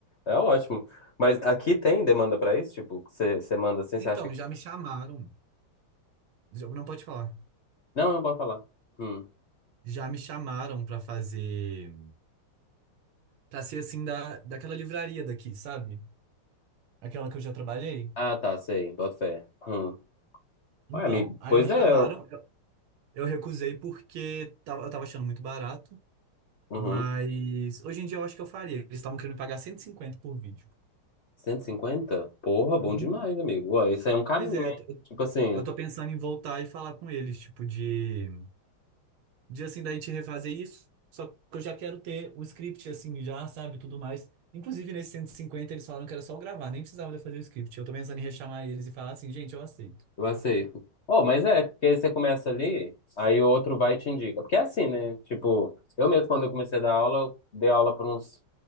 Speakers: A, on the left; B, on the right.
A: é ótimo. Mas aqui tem demanda pra isso? Tipo, você você manda assim,
B: Então,
A: você acha que.
B: já me chamaram. já- Não pode falar.
A: Não, não pode falar. Hum.
B: Já me chamaram pra fazer. Pra ser assim, da, daquela livraria daqui, sabe? Aquela que eu já trabalhei.
A: Ah, tá, sei, boto fé. Hum.
B: Então,
A: Ué, amigo,
B: aí
A: pois
B: me
A: é.
B: chamaram.
A: eu-
B: Eu, eu recusei porque tava- eu tava achando muito barato.
A: Uhum.
B: Mas hoje em dia eu acho que eu faria. Eles estavam querendo pagar 150 por vídeo.
A: cento e cinquenta, Porra, bom
B: Uhum.
A: demais, amigo. Ué, isso aí é um caminho,
B: Pois é,
A: hein?
B: eu tô,
A: Tipo assim,
B: eu tô pensando em voltar e falar com eles, tipo, de, de assim, da gente refazer isso. Só que eu já quero ter o script, assim, já, sabe, tudo mais. Inclusive, nesse 150 eles falaram que era só eu gravar, nem precisava de eu fazer o script. Eu tô pensando em rechamar eles e falar assim, gente, eu aceito.
A: eu aceito. Oh, mas é, porque aí você começa ali, aí o outro vai e te indica. Porque é assim, né? Tipo, eu mesmo, quando eu comecei a dar aula, eu dei aula para uns,